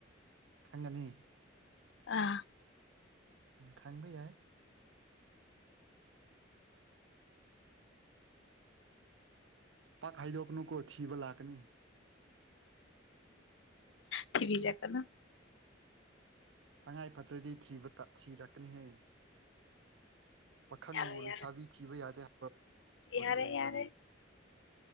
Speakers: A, on the right; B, on the left.
A: ꯈꯪꯒꯅꯤ
B: ꯑꯥ
A: ꯈꯟꯕ ꯌꯥꯏ ꯄꯥꯛ ꯍꯥꯏꯗꯣꯛꯀꯅꯨꯀꯣ ꯊꯤꯕ ꯂꯥꯛꯀꯅꯤ
B: ꯊꯤꯕꯤꯔꯛꯀꯅꯣ
A: ꯇꯪꯉꯥꯏ ꯐꯗ꯭ꯔꯗꯤ ꯊꯤꯕ ꯊꯤꯔꯛꯀꯅꯤꯍꯦ ꯄꯥꯈꯪꯅꯕꯨ
B: ꯌꯥꯔꯣꯏ
A: ꯂꯩꯁꯥꯕꯤ
B: ꯌꯥꯔꯣꯏ
A: ꯊꯤꯕ ꯌꯥꯗꯦ ꯍꯥꯏꯕ ꯋꯥꯔꯤ
B: ꯌꯥꯔꯦ
A: ꯂꯩꯕꯔꯅꯦ
B: ꯌꯥꯔꯦ